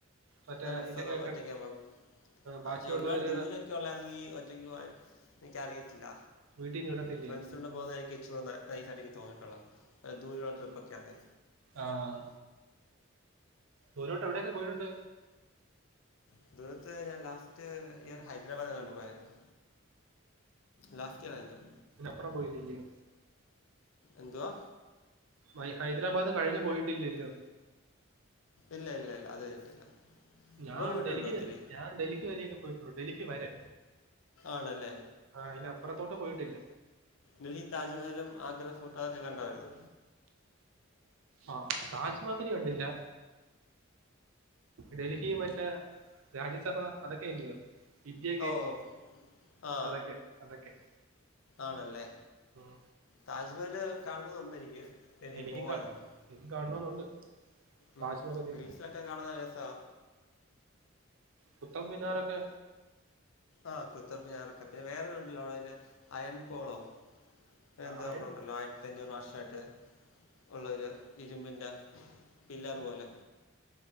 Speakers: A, on the right; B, on the left.
A: മറ്റേ
B: നല്ല രസവാഒറ്റക്കാവുമ്പം.
A: ഇത് കേൾക്കാൻ
B: ആ
A: ബാക്കിയുള്ളവരുടെ
B: പക്ഷെ ഒരുപാട് ദൂരെ <unintelligible> ഒറ്റയ്ക്ക് പോകാൻ എനിക്കറിയത്തില്ല.
A: വീട്ടിൽ നിന്ന് വിടത്തില്ലയോ
B: ഫ്രണ്ട്സിന്റെ കൂടെ പോകുന്നതായിരിക്കുംഇച്ചിരി കൂടെ ന റൈസായിട്ട് എനിക്ക് തോന്നിട്ടുള്ള ദൂരെയുള്ള ട്രിപ്പ് ഒക്കെയാണങ്കി
A: ആഹ് ദൂരോട്ട് എവിടെയൊക്കെ പോയിട്ടുണ്ട്?
B: <unintelligible> <unintelligible> ഹൈദരാബാദിലെങ്ങാണ്ട് പോയായിരുന്നു. ലാസ്റ്റ് ഇയർ ആയിരുന്നു
A: അപ്പുറം പോയില്ലില്ല്യോ?
B: എന്തുവാ?
A: വൈ ഹൈദരാബാദ് കഴിഞ്ഞ് പോയിട്ടില്ലല്ലോ?
B: ഇല്ലില്ലല്ലഅത് കഴിഞ്ഞിട്ടില്ല.
A: ഞാൻ
B: ബ്രോ പോയിട്ടുണ്ടോ
A: ഡൽഹി
B: ഒത്തിരി
A: ഞാൻ ഡൽഹി വരെയൊക്കെ പോയിട്ടുള്ളു ഡൽഹി വരെ.
B: ആണല്ലേ?
A: ആ അതിന്റെ അപ്പുറത്തോട്ട് പോയിട്ടില്ല.
B: ഡൽഹി താജ്മഹലും ആഗ്ര ഫോട്ടോ അതൊക്കെ കണ്ടതായിരുന്നോ?
A: ആ താജ്മഹല്കണ്ടില്ല- ഡൽഹി മറ്റേ രാജ്യസഭാ അതെക്കെയല്ലിയോ? ഇന്ത്യ ഗേറ്റ്
B: ഓ ഓ ആ
A: അതൊക്കെ അതൊക്കെ-
B: ആണല്ലേ?
A: ഉം.
B: താജ്മഹല് കാണണമെന്ന് ഉണ്ട് എനിക്ക്. ഡൽഹി
A: എനിക്കും
B: പോവാണെങ്കിൽ
A: കാണെണമെന്ന് ഉണ്ട്
B: ഉം
A: താജ് മഹല്.
B: റീൽസിലൊക്കെ കാണുന്ന രസാ
A: കുത്തബ് മിനാറൊക്കെ
B: ആ കുത്തബ് മിനാറൊക്കെ പിന്നെ വേറെഒന്നുങ്ങല്ലോ അതില് അയൻ പോളോ എന്തോ
A: അയൺ
B: ഒരെണ്ണമുണ്ടല്ലോ ഞ്ഞൂറ് വർഷമായിട്ട് ഉള്ളൊരു ഇരുമ്പിൻ്റെ പില്ലർ പോലെ